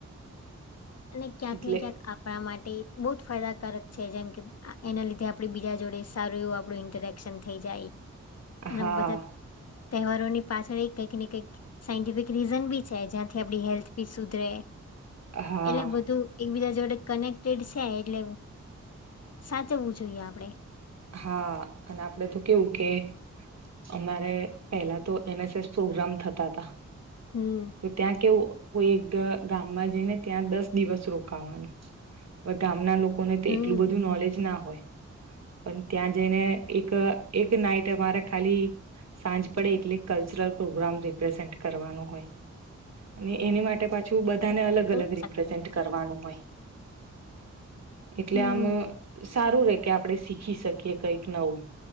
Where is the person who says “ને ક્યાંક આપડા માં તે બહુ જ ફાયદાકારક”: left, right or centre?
Left